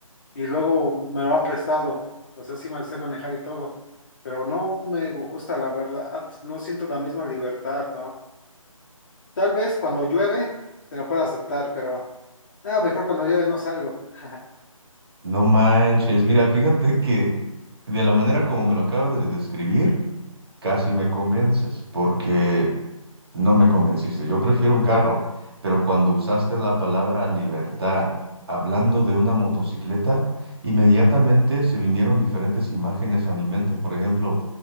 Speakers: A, on the left; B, on the right.
A: y luego me lo han prestado. O sea, sí me sé manejar y todo, pero no me gusta, la verdad. No siento la misma libertad, ¿no? Tal vez cuando llueve te lo pueda aceptar, pero nada, mejor cuando llueve no salgo. <laughs>
B: No manches. Mira, fíjate que de la manera como me lo acabas de describir, Casi me convences, porque no me convenciste. Yo prefiero un carro, pero cuando usaste la palabra libertad, hablando de una motocicleta, inmediatamente se vinieron diferentes imágenes a mi mente. Por ejemplo,